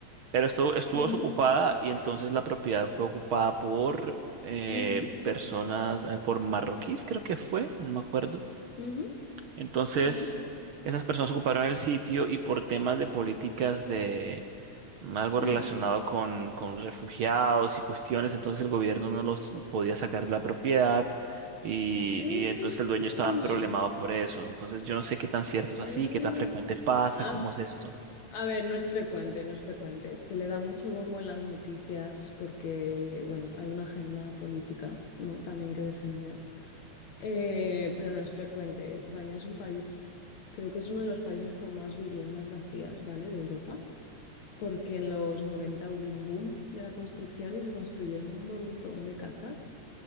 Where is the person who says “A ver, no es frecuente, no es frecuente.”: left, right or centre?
Left